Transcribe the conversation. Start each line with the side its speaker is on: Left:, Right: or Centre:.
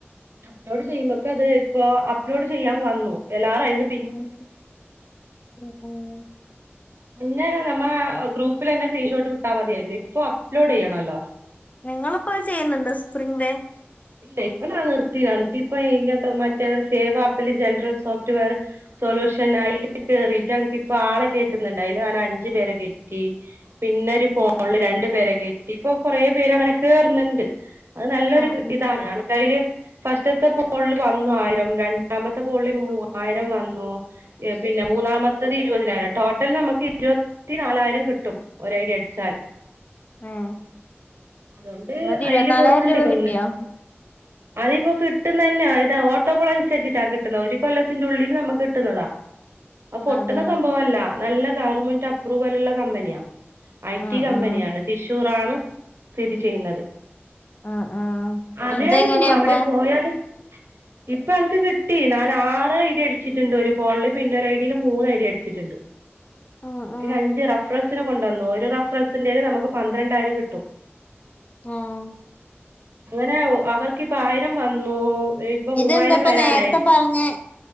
Right: അപ് ലോഡ് ചെയ്യുമ്പൊക്ക അത് ഇപ്പോ അപ്ലോഡ് ചെയ്യാൻ വന്നു എല്ലാറയ്ന്ന്
Left: <unintelligible>
Right: പിന്നെ നമ്മെ ഗ്രൂപ്പില് തന്നെ ക്രീഷോട്ട് വിട്ടാ മതിയായിരുന്നു. ഇപ്പൊ അപ്ലോഡ് ചെയ്യണല്ലോ.
Left: ഞങ്ങളിപ്പോ അത് ചെയ്യുന്നുണ്ട് സ്പ്രിംഗ് വേ
Right: ഇല്ല ഇപ്പൊ നാൻ നിർത്തിയതാണ് ഇക്ക് ഇപ്പ ഈ ഇങ്ങനത്തെ മറ്റേ സേവാപ്പില് ജനറൽ സോഫ്റ്റ് വെയറ് സൊല്യൂഷൻ അയില് കേറിട്ട് എൻക്ക് ഇപ്പൊ ആളെ കേറ്റുന്നുണ്ട് അയില് ഞാന് അഞ്ചു പേരെ കെറ്റി. പിന്നെ ഒരു ഫോണില് രണ്ടു പേരെ കയറ്റി ഇപ്പൊ കൊറേ പേര് അങ്ങനെ കേറുന്നുണ്ട് അത് നല്ലൊരു
Left: ആഹ്
Right: ഇത്.
Left: ഉം
Right: ആണ് എനക്കയില് ഫസ്റ്റത്തെ ഫോണില് വന്നു ആയിരം രണ്ടാമത്തെ പോളില് മൂവായിരം
Left: ഉം
Right: വന്നു. ഏഹ് പിന്നെ മൂന്നാമത്തത് ഇരുപതിനായി ട്ടോട്ടൽ നമുക്ക് ഇരുപത്തി നാലായിരം കിട്ടും ഒരു ഐഡി അടിച്ചാല്
Left: ഏഹ്
Right: അതുകൊണ്ട്
Left: എന്നിട്ട് ഇരുപത്തിനാലായിരം
Right: അയില് പോണ്‌ണ്ട്
Left: രൂപ
Right: ഇപ്പൊ
Left: കിട്ടിയോ
Right: മുന്നോട്ട്. അതിപ്പോ കിട്ടുന്ന തന്നെയ ഇതാ ഓട്ടോപോള അനുസരിച്ചിട്ടാ കിട്ടുന്നത് ഒരു കൊല്ലത്തിന്റെ ഉള്ളിൽ നമുക്ക് കിട്ടുന്നതാ. അത് പൊട്ടുന്ന
Left: അതെ
Right: സംഭവല്ല നല്ല ഗവൺമെന്റ് അപ്രൂവൽ ഇള്ള കമ്പനിയാ ഐ
Left: ആഹ്
Right: ടി കമ്പനിയാണ്.
Left: ആഹ്
Right: തൃശൂറാണ് സ്ഥിതി ചെയ്യുന്നത്.
Left: ആഹ് ആഹ്
Right: മതിയായിരിക്കും
Left: ഇതെങ്ങനെയാ
Right: അവിടെ
Left: അപ്പൊ
Right: പോയാല്. ഇപ്പൊ എനക്ക് കിട്ടി നാന് ആറ് ഐഡി അടിച്ചിട്ടുണ്ട് ഒരു ഫോണില് പിന്നെ ഒരു ഐടിൽ മൂന്ന് ഐഡി അടിച്ചിട്ടുണ്ട്.
Left: ആഹ്
Right: പിന്നെ അഞ്ച് റഫറൽസിനെ കൊണ്ടുവന്നു ഒരു റഫറൽസിറൽ നമുക്ക് പന്ത്രണ്ടായിരം കിട്ടും.
Left: ആഹ്
Right: അങ്ങനെ അവർക്കിപ്പോ ആയിരം വന്നു.
Left: ഇതെന്താപ്പ
Right: മൂവായിരം വരാനായി
Left: നേർത്തെ പറഞ്ഞെ.